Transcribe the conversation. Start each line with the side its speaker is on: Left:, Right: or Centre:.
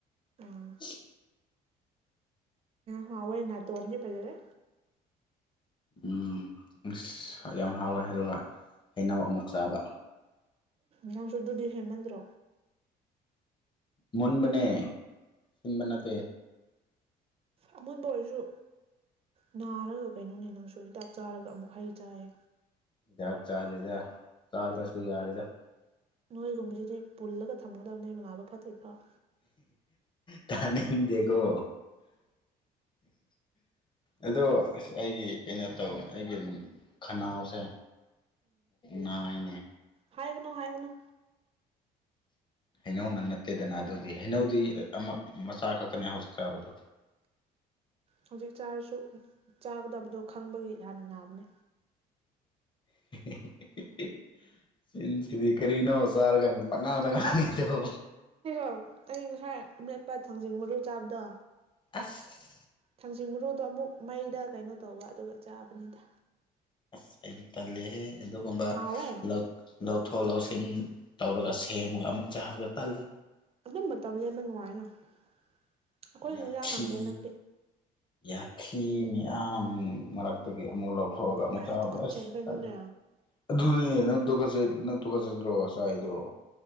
Right: ꯎꯝ
Left: <inaudible>
Right: ꯍꯥꯎꯑꯦ ꯅꯇꯣꯟꯗꯤ ꯐꯖꯔꯦ
Left: ꯎꯝ ꯑꯁ ꯌꯥꯝ ꯍꯥꯎꯋꯦ ꯑꯗꯨꯒ ꯍꯩꯅꯧ ꯑꯃꯨꯛ ꯆꯥꯕ
Right: ꯅꯪꯁꯨ ꯗꯨꯗꯤ ꯍꯦꯃꯟꯗ꯭ꯔꯣ
Left: ꯃꯨꯟꯕꯅꯦ ꯁꯤꯟꯕ ꯅꯠꯇꯦ
Right: ꯑꯃꯣꯟꯕ ꯑꯣꯏꯔꯁꯨ ꯅꯥꯔꯒ ꯀꯩꯅꯣꯅꯦ ꯅꯪꯁꯨ ꯍꯤꯗꯥꯛ ꯆꯥꯔꯒ ꯑꯃꯨꯛ ꯍꯩ ꯆꯥꯏꯌꯦ
Left: ꯍꯤꯗꯥꯛ ꯆꯥꯗꯦꯗ ꯆꯥꯗ꯭ꯔꯁꯨ ꯌꯥꯔꯦꯗ
Right: ꯅꯣꯏꯒꯨꯝꯕꯁꯤꯗꯤ ꯄꯨꯜꯂꯒ ꯊꯝꯒꯗꯕꯅꯦ ꯅꯥꯕ ꯐꯠꯇ꯭ꯔꯤ ꯐꯥꯎ
Left: ꯇꯥꯅꯤꯡꯗꯦꯀꯣ ꯑꯗꯣ ꯑꯁ ꯑꯩꯒꯤ ꯀꯩꯅꯣ ꯇꯧꯋꯦ ꯑꯩꯒꯤ ꯈꯅꯥꯎꯁꯦ ꯅꯥꯏꯅꯦ
Right: ꯍꯥꯏꯒꯅꯣ ꯍꯥꯏꯒꯅꯣ
Left: ꯍꯩꯅꯧꯅ ꯅꯠꯇꯦꯗꯅ ꯑꯗꯨꯗꯤ ꯍꯩꯅꯧꯗꯤ ꯑꯃ ꯃꯆꯥ ꯈꯛꯇꯅꯦ ꯍꯧꯖꯤꯛ ꯆꯥꯕꯗꯣ
Right: ꯍꯧꯖꯤꯛ ꯆꯥꯔꯁꯨ ꯆꯥꯒꯗꯕꯗꯣ ꯈꯪꯕꯒꯤ ꯍꯥꯟꯅ ꯅꯥꯕꯅꯤ
Left: <inaudible> ꯏꯟꯁꯤꯗꯤ ꯀꯔꯤꯅꯣ ꯆꯥꯔꯒ ꯄꯛꯉꯥꯡꯇ ꯉꯥꯡꯉꯤꯗꯣ
Right: <inaudible> ꯑꯩ ꯉꯁꯥꯏ ꯑꯥꯃ‌ꯦꯠꯄ ꯊꯥꯡꯖꯤꯡ ꯃꯔꯨ ꯆꯥꯕꯗꯣ
Left: ꯑꯁ
Right: ꯊꯥꯡꯖꯤꯡ ꯃꯔꯨꯗꯣ ꯑꯃꯨꯛ ꯃꯩꯗ ꯀꯩꯅꯣ ꯇꯧꯕ ꯑꯗꯨꯒ ꯆꯥꯕꯅꯤꯗ
Left: ꯑ ꯍꯥꯏꯗꯤ ꯇꯥꯟꯂꯍꯦ ꯑꯗꯨꯒꯨꯝꯕ
Right: ꯍꯥꯎꯋꯦ
Left: ꯂ ꯂꯧꯊꯣꯛ ꯂꯧꯁꯤꯟ ꯇꯧꯔꯒ ꯁꯦꯝꯃꯒ ꯑꯃꯨꯛ ꯆꯥꯕꯗ ꯇꯜꯂꯤ
Right: ꯑꯗꯨꯝꯕ ꯃꯇꯝ ꯂꯦꯟꯕ ꯅꯨꯡꯉꯥꯏꯅ ꯑꯩꯈꯣꯏꯒꯤ
Left: ꯌꯥꯊꯤ
Right: <inaudible> ꯍꯪꯗꯦ ꯅꯪꯗꯤ
Left: ꯌꯥꯊꯤ ꯃꯌꯥꯝ ꯃꯔꯛꯇꯒꯤ ꯑꯃꯨꯛ ꯂꯧꯊꯣꯛꯑꯒ ꯑꯃꯨꯛ
Right: ꯑꯩ
Left: ꯆꯥꯕꯗꯣ
Right: ꯇꯨꯀꯠꯆꯩ
Left: ꯑꯁ
Right: ꯀꯩꯅꯣꯅꯦ
Left: ꯇꯜꯂꯤ ꯑꯗꯨꯅꯤꯅ‌ꯦ ꯅꯪ ꯇꯨꯀꯠꯆꯩ ꯅꯪ ꯇꯨꯀꯠꯆꯗ꯭ꯔ‌ꯣ ꯆꯥꯏꯗ‌ꯣ